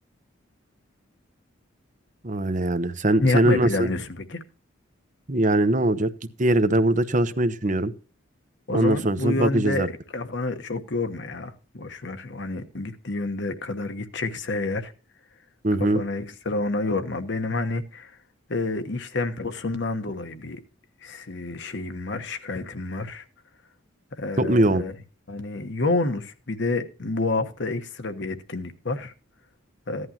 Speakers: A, on the right (about 35°); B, on the left (about 55°).
A: Öyle yani. Sen
B: Ne
A: senin
B: yapmayı
A: nasıl?
B: planlıyorsun peki?
A: Yani ne olacak? Gittiği yere kadar burada çalışmayı düşünüyorum.
B: O
A: Ondan
B: zaman
A: sonrasına
B: bu yönde
A: bakacağız artık.
B: kafanı çok yorma ya. Boş ver. Hani gittiği yönde kadar gidecekse eğer
A: Hı
B: kafanı
A: hı.
B: ekstra ona yorma. Benim hani e, iş temposundan dolayı bir e, şeyim var, şikayetim var. Ee,
A: Çok mu yoğun?
B: yani yoğunuz. Bir de bu hafta ekstra bir etkinlik var. Ee,